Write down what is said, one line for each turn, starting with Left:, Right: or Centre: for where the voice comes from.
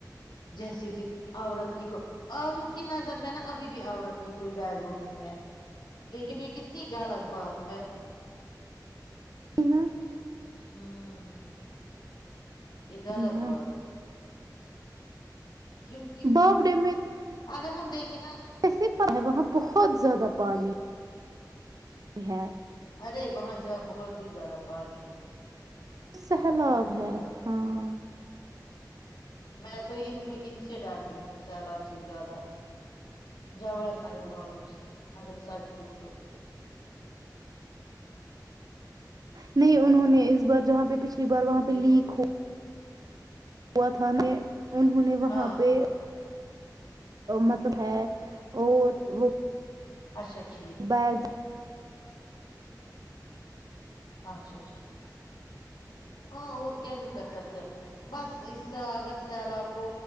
Left: جیسے کہ عورت کی کو آدھو کی نظر میں نا ابھی بھی عورت کی کوئی ویلو نہیں ہے لیکن یہ کتنی غالط بات ہے
Right: ہے نا
Left: ہاں یہ
Right: وہی
Left: غلط
Right: نا
Left: بات ہے کیونکہ
Right: بابڑے
Left: اگر ہم دیکھیں نا
Right: ایسے پر ہے وہاں بہت زیادہ پانی یہ ہے
Left: ارے وہاں جاؤ بہت ہی زیادہ پانی ہے
Right: سیلاب
Left: پتا نہیں
Right: ہے
Left: کیا
Right: ہاں
Left: میں تو ان کو ان سے ڈرتی ہوں سیلاب سے زیادہ جوو نگر والو سے اگر سچ پوچھو تو
Right: نہیں
Left: خدا
Right: انہوں
Left: کی
Right: نے
Left: قسم
Right: اس بار جہاں پہ پچھلی بار وہاں پہ
Left: یہ
Right: لیک
Left: لوگ
Right: ہو ہوا تھا نے انہوں نے وہاں
Left: ہاں
Right: پہ مطلب ہے اور وہ
Left: اچھا ٹھیک
Right: بیگ <unintelligible>
Left: اچھا ٹھیک ہاں اور کیا ہی کر سکتے ہیں بس اس اگر سیلاب کو